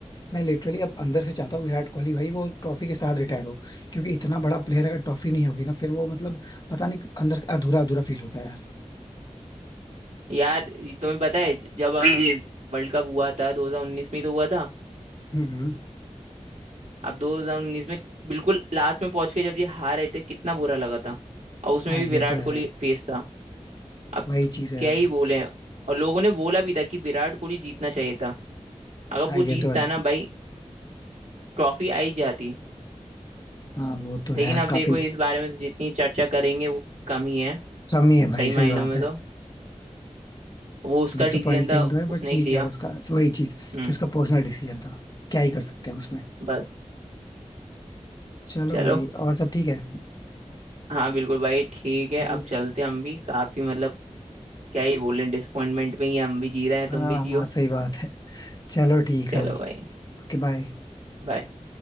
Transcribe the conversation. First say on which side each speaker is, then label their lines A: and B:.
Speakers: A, on the left; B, on the right.
A: मैं लिटरली अब अंदर से चाहता हूँ विराट कोहली भाई वो ट्रॉफी के साथ रिटायर हो क्योंकि इतना बड़ा प्लेयर अगर ट्रॉफी नहीं होगी ना फिर वो मतलब पता नहीं अंदर से अधूरा अधूरा फील होता है यार
B: यार ये तुम्हें पता है जब अभी ये वर्ल्ड कप हुआ था 2019 में ही तो हुआ था
A: हम्म हम्म।
B: अब 2019 में बिल्कुल लास्ट में पहुंच के जब ये हार रहे थे कितना बुरा लगा था और उसमें
A: हाँ
B: भी
A: ये
B: विराट
A: तो है
B: कोहली
A: यार
B: फेस था अब
A: वही
B: तो
A: चीज है
B: क्या
A: यार
B: ही बोले और लोगों ने बोला भी था कि विराट कोहली जीतना चाहिए था अगर
A: हाँ
B: वो
A: ये
B: जीतता
A: तो है
B: ना भाई ट्रॉफी आई जाती
A: हाँ वो तो है
B: लेकिन
A: यार
B: अब
A: काफी
B: देखो इस बारे में तो जितनी चर्चा करेंगे वो कम ही है
A: कमी है भाई
B: सही
A: सही
B: मायनों
A: बात
B: में
A: है
B: तो वो उसका
A: डिसअपॉइंटिंग
B: डिसीजन था
A: तो है बट
B: उसने
A: ठीक
B: ही लिया
A: है उसका वही चीज
B: हम्म
A: कि उसका पर्सनल डिसीजन था क्या ही कर सकते हैं उसमें
B: बस
A: चलो
B: चलो
A: भाई और सब ठीक है
B: हाँ बिल्कुल भाई ठीक है
A: ठीक
B: अब चलते
A: है
B: हैं हम भी काफी मतलब क्या ही बोले डिसअपॉइंटमेंट में ही हम भी जी रहे हैं
A: हाँ
B: तुम भी जियो
A: हाँ सही बात है चलो ठीक
B: चलो
A: है भाई
B: भाई
A: Okay bye
B: bye।